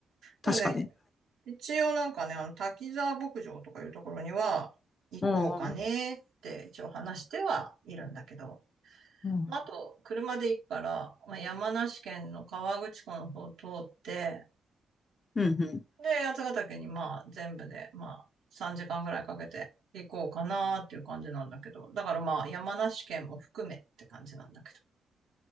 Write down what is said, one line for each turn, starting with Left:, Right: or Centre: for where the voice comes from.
Left: 確かね。
Right: でもね、一応なんかね、あの、滝沢牧場とかいうところには行こうかねって一応話してはいるんだけど。
Left: うん。うん。うん。
Right: まあと、車で行くから、まあ、山梨県の河口湖の方を通って、
Left: うんうん。
Right: で、八ヶ岳にまあ全部でまあ3時間ぐらいかけて行こうかなっていう感じなんだけど、だからまあ山梨県も含めって感じなんだけど。